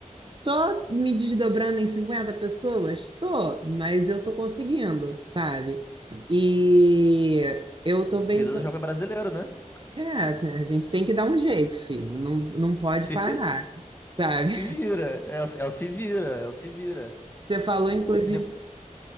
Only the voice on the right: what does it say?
Tô me desdobrando em 50 pessoas? Tô, mas eu tô conseguindo, sabe? E eu tô bem.
É, a gente tem que dar um jeito, filho. Não, não pode
parar,
sabe?
<laughs> Você falou,
inclusive,